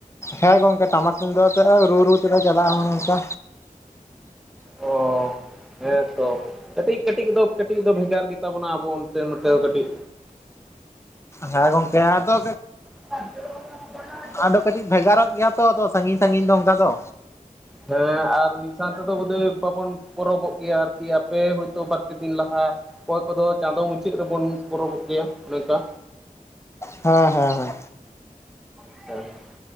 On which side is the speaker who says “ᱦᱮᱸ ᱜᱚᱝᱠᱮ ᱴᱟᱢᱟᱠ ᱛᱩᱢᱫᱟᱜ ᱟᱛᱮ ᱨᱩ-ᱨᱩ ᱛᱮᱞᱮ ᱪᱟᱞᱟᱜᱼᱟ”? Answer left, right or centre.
Left